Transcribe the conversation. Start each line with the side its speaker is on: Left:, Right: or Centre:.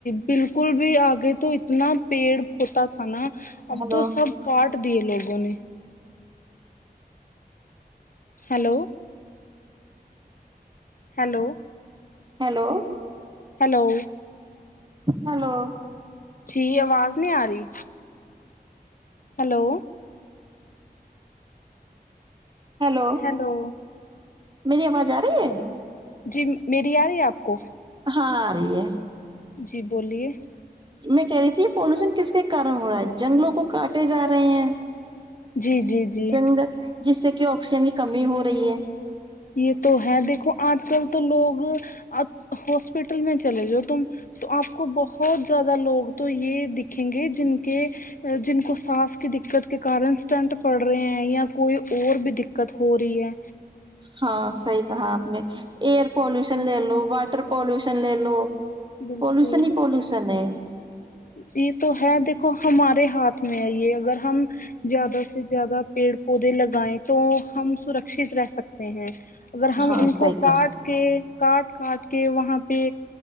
Left: بالکل بھی آگے تو اتنا پیڑ ہوتا کھانا اب
Right: ہیلو
Left: تو سب کاٹ دیے لوگوں نے hello hello
Right: hello
Left: hello
Right: hello
Left: جی ٹھیک آواز نہیں آ رہی ہلو
Right: ہلو
Left: ہیلو
Right: میری آواز آ رہی ہے
Left: جی میری آ رہی ہے آپ کو
Right: ہاں آ رہی ہے
Left: جی بولیے
Right: میں کہہ رہی تھی یہ پولوشن کس کے کن ہو رہا ہے جنگلوں کو کاٹے جا رہے ہیں
Left: جی جی جی
Right: جنگ جس سے کہ آکسیجن کی کمی ہو رہی ہے
Left: یہ تو ہے دیکھو آج کل تو لوگ ہاسپٹل میں چلے جو تم تو آپ کو بہت زیادہ لوگ تو یہ دکھیں گے جن کے جن کو سانس کی دقت کے کارن اسٹنٹ پڑ رہے ہیں یا کوئی اور بھی دقت ہو رہی ہے
Right: ہاں صحیح کہا آپ نے ایئر پالوشن لے لو واٹر پالوشن لے لو
Left: بالکل
Right: پولوشن ہی پولوشن ہے
Left: یہ تو ہیں دیکھو ہمارے ہاتھ میں ہیں یہ اگر ہم زیادہ سے زیادہ پیڑ پودے لگائیں تو ہم سرکشی رہ سکتے ہیں اگر ہم
Right: ہاں
Left: ان
Right: صحیح
Left: کو کاٹ
Right: کہا
Left: کے کاٹ کاٹ کے وہاں پہ